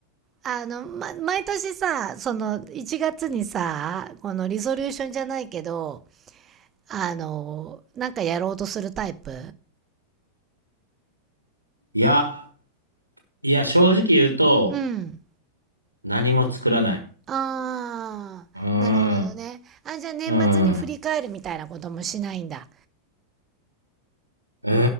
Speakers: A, on the right; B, on the right.
A: あの、ま、毎年さその1月にさこのリソリューションじゃないけどあのなんかやろうとするタイプ
B: いや、いや、正直言うと、
A: うん
B: 何も作らない。
A: あーなるほどねあじゃあ年末に振り返るみたいなこともしないんだ
B: うーん、うーん、う